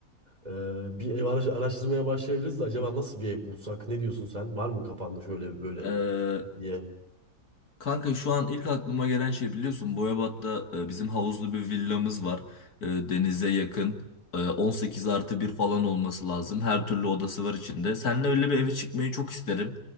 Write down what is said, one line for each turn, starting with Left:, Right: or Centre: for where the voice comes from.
Right: Ee, bir ev ara- araştırmaya başlayabiliriz de acaba nasıl bir ev bulsak? Ne diyorsun sen? Var mı kafanda şöyle böyle
Left: E,
Right: diye
Left: Kanka şu an ilk aklıma gelen şey biliyorsun Boyabat'ta e, bizim havuzlu bir villamız var. E, Denize yakın. E, 18 artı bir falan olması lazım. Her türlü odası var içinde. Seninle öyle bir eve çıkmayı çok isterim.